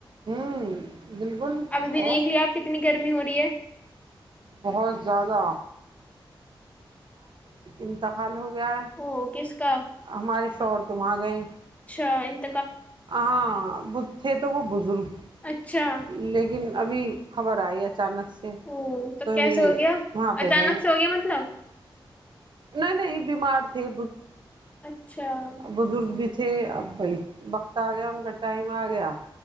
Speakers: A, on the right (about 60°); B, on the left (about 15°).
A: ہوں بالکل
B: ابھی
A: اور
B: دیکھ لیا اپ کتنی گرمی ہو رہی ہے
A: بہت زیادہ انتہا لوگ یار
B: او کس کا
A: ہمارے شوہر تم ا گئے
B: <inaudible>
A: ا بت تھے تو وہ بزرگ
B: اچھا
A: لیکن ابھی خبر ائی ہے اچانک سے
B: <unintelligible>
A: تو یہ وہاں پہ گئے نہیں نہیں بیمار تھے
B: اچھا ہوں
A: بزرگ <inaudible> <inaudible> تے اپ بھائی وقت ا گیا بس ائمہ ا گیا